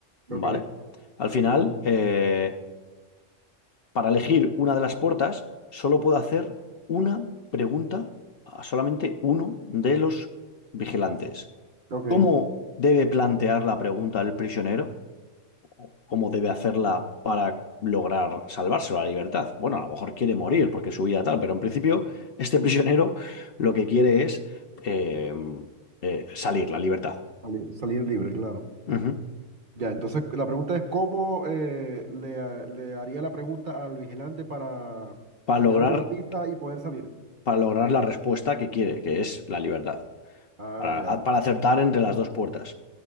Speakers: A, on the left (about 55°); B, on the right (about 45°).
A: ¿vale?
B: Ok,
A: Al final,
B: sí.
A: eh, Para elegir una de las puertas, solo puedo hacer una pregunta a solamente uno de los vigilantes.
B: Ok.
A: ¿Cómo debe plantear la pregunta el prisionero? ¿O ¿Cómo debe hacerla para lograr salvarse la libertad? Bueno, a lo mejor quiere morir porque su vida tal, pero en principio este prisionero lo que quiere es eh, eh, salir, la libertad.
B: sali- Salir libre, claro.
A: Ujú.
B: Ya, entonces la pregunta es cómo eh, le, ha- le haría la pregunta al vigilante para
A: Para
B: tener
A: lograr,
B: alguna pista y poder salir.
A: para lograr la respuesta que quiere, que es la libertad.
B: Ah,
A: Para,
B: ya,
A: para acertar entre las dos puertas.